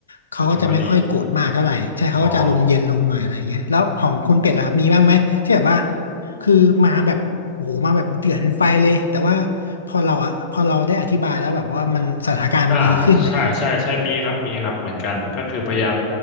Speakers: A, on the left; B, on the left.
A: เขาก็จะไม่ค่อยโกรธมากเท่าไหร่ใช่เขาก็จะอารมณ์เย็นลงหน่อยอะไรเงี้ยแล้วของคุณเป็ดล่ะครับมีบ้างไหมที่แบบว่า
B: ก็ถือว่าดีอ๋อ
A: คือมาแบบ โอ้โหมาแบบเดือดเป็นไฟเลยแต่ว่าพอเราอะพอเราได้อธิบายแล้วแบบว่ามันสถานการณ์มันดีขึ้นอะไรอย่างเลย
B: อ่าใช่ใช่ใช่มีครับมีครับเหมือนกันก็คือพยายาม